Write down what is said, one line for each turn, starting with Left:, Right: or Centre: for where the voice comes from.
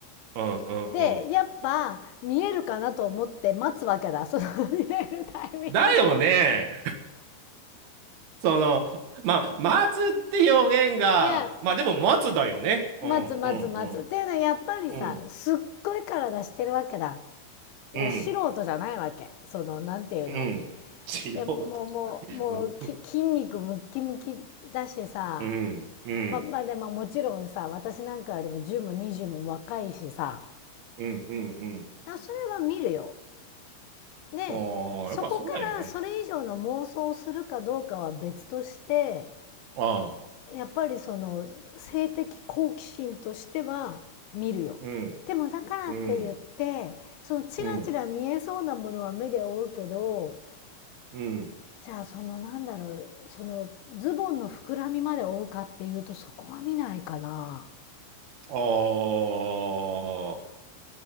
Right: うんうんうん。
Left: でやっぱ見えるかなと思って待つわけだその <laughs> 見えるタイミングを。
Right: だよね。<laughs> その、まあ、待つって表現が、
Left: いや
Right: まあでも待つだよね。うんうんうん。
Left: 待つ待つ待つっていうのはやっぱりさすっごい体してるわけだ。
Right: うん。うん。
Left: いや素人じゃないわけそのなんていうの
Right: うん。素人じゃない。
Left: でもうもうもう筋肉ムッキムキだしさ
Right: うん。うん。うん。
Left: まあまあでももちろんさ私なんかよりも10も20も若いしさ
Right: うん。うん
Left: それは見るよ。でそこからそれ以上の妄想をするかどうかは別として
Right: うん。ああ、やっぱそうだよね。ああ。
Left: やっぱりその性的好奇心としては見るよ。
Right: うん。
Left: でもだからって言ってそのチラチラ見えそうなものは目で追うけど
Right: うん。うん。うん。
Left: じゃあそのなんだろうそのズボンの膨らみまで追うかっていうとそこは見ないかな。
Right: ああ、